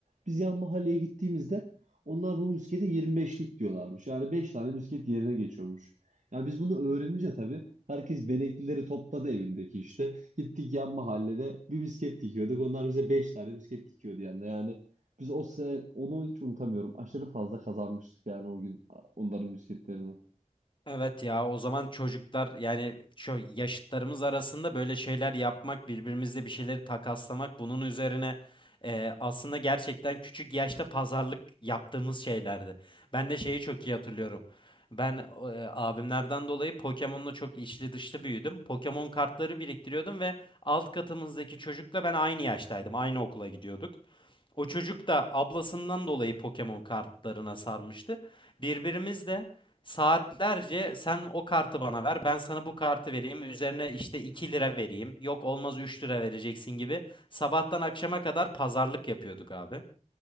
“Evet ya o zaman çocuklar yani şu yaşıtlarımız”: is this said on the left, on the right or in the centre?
Left